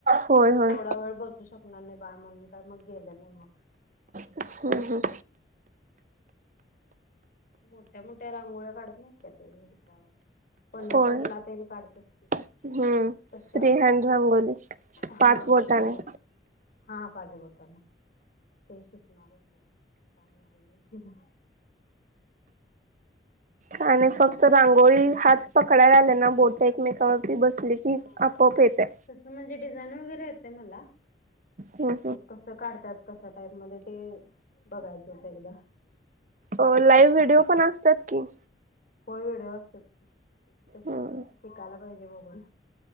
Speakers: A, on the right; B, on the left.
A: होय होय
B: तेवढा वेळ बसू शकणार नाही बाळ म्हणून तर मग गेले नाय मग.
A: हम्म हम्म.
B: मोठ्या मोठ्या रांगोळ्या काढत नाहीत का ते हेच्यावर पंढरपूर
A: होय
B: ला तेन् काढतात की.
A: हम्म,
B: तशा
A: फ्री हॅंड रांंगोली
B: हा
A: पाच बोटाने.
B: तशा होत्या हा पाच बोटानं. ते शिकणार होते, ते काय मिळाल नाही.
A: आणि फक्त रांगोळी हात पकडायला आले ना, बोट एकमेकावर ती बसली कि
B: हा.
A: आपोआप येतंय.
B: तसं <unintelligible> वगैरे येते मला,
A: हम्म
B: कसं काढतात? कशा टाईप मध्ये ते बघायचं होतं एकदा.
A: अ लाईव्ह व्हिडिओ पण असतात की.
B: होय व्हिडिओ असतात की, त तसं
A: हम्म
B: ते आता शिकायला पाहिजे बघून.